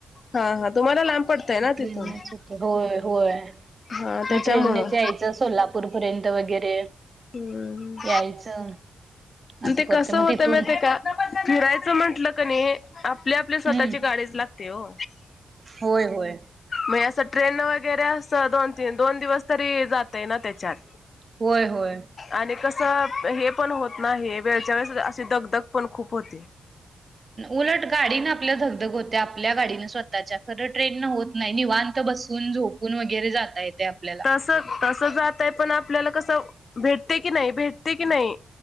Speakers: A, on the left; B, on the right.
A: हा हा तुम्हाला लांब पडतय ना
B: ट्रेननेच
A: तिथून.
B: येतोय होय होय
A: हा त्याच्यामुळं.
B: मग ट्रेननेच यायचं सोलापूर पर्यंत वगैरे
A: हम्म
B: यायचं. असं
A: ते
B: करतोय
A: कस होत
B: मग तिथून
A: मा का फिरायचं म्हंटलं क नाही आपल्या. आपली स्वतःची
B: हम्म
A: गाडीच लागते हो.
B: होय होय
A: मग असं ट्रेन वगैरे अस दोन तीन दोन दिवस तरी जातय ना त्याच्यात.
B: होय होय.
A: आणि कसं हे पण होत नाही वेळच्या वेळेस अशी दगदग पण खूप होते.
B: उलट गाडीन आपल्या दगदग होत आपल्या गाडीनं स्वतःच्या खरं ट्रेन न होत नाही निवांत. बसून झोपून वगैरे जाता येते आपल्या.
A: तं तस जात आहे पण आपल्याला कसं भेटते की नाही भेटते की नाही.